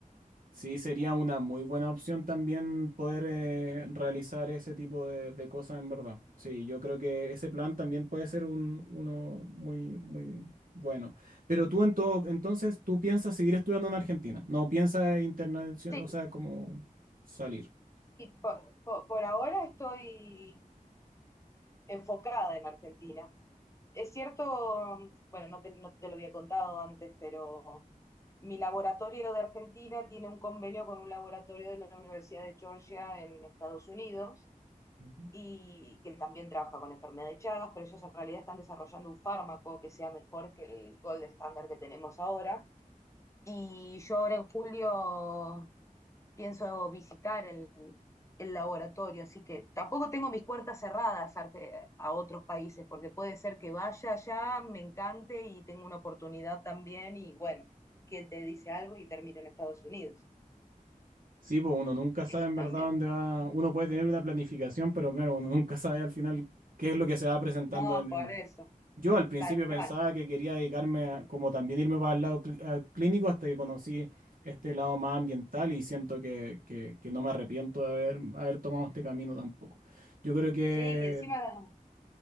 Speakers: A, on the right; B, on the left.
A: Sí, sería una muy buena opción también poder eh, realizar ese tipo de, de cosas en verdad. Sí, yo creo que ese plan también puede ser un, uno muy, muy bueno. Pero tú en todo, entonces, ¿tú piensas seguir estudiando en Argentina? ¿No piensas internacional,
B: Sí,
A: o sea, como salir?
B: por, por- por ahora estoy enfocada en Argentina. Es cierto, bueno, no te, no te lo había contado antes, pero mi laboratorio de Argentina tiene un convenio con un laboratorio de la Universidad de Georgia en Estados Unidos
A: Ujú.
B: y que también trabaja con enfermedad de Chagas, pero ellos en realidad están desarrollando un fármaco que sea mejor que el gold estándar que tenemos ahora. Y yo ahora en julio pienso visitar el, el laboratorio, así que tampoco tengo mis puertas cerradas a, a otros países, porque puede ser que vaya allá, me encante y tenga una oportunidad también, y bueno, quien te dice algo y termina en Estados Unidos,
A: Sí, pues uno nunca sabe
B: eso
A: en
B: también.
A: verdad dónde va. Uno puede tener una planificación, pero claro, uno nunca sabe al final qué es lo que se va presentando
B: No,
A: en,
B: por
A: el.
B: eso,
A: Yo al principio
B: tal cual.
A: pensaba que quería dedicarme
B: Sí,
A: a- como también irme para el lado cli- a- clínico hasta que conocí este lado más ambiental y siento que, que- que no me arrepiento de haber, haber tomado este camino tampoco. Yo creo que...
B: sí y encima,